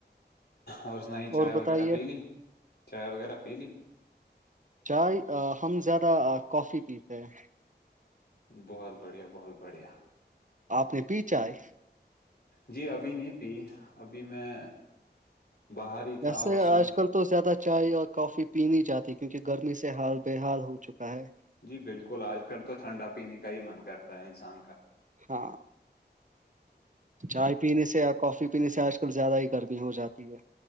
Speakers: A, on the left; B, on the right.
A: اور اسن ہی چائے
B: اور
A: وغیرہ
B: بتائیے
A: پی لی چائے وغیرہ پی لی
B: چائے ہم زیادہ کافی پیتے ہیں
A: بہت بڑھیا بہت بڑھیا
B: آپ نے پیچھا آئے
A: جی ابھی نہیں پی ابھی میں باہر
B: جیسے
A: تھا اور
B: آج
A: سوچ
B: کل تو زیادہ چائے اور کافی پین جاتی کیونکہ گرمی سے ہال بے حال ہو چکا ہے
A: جی بالکل آج کل تو ٹھنڈا پینے کا ہی من کرتا ہے انسان کا
B: ہاں چائے پینے سے یا کافی پینے سے آج کل زیادہ ہی گرمی ہو جاتی ہے